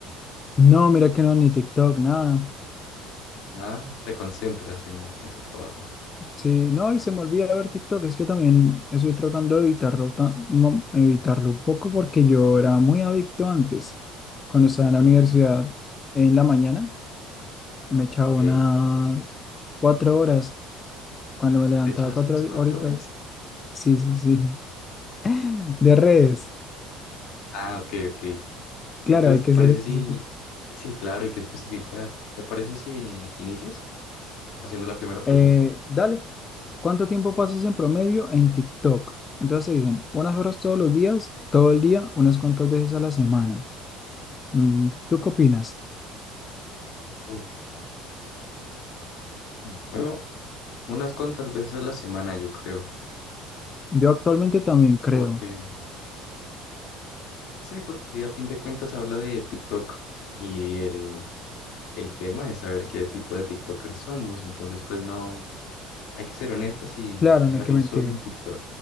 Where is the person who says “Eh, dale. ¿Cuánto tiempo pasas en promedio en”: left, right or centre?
Left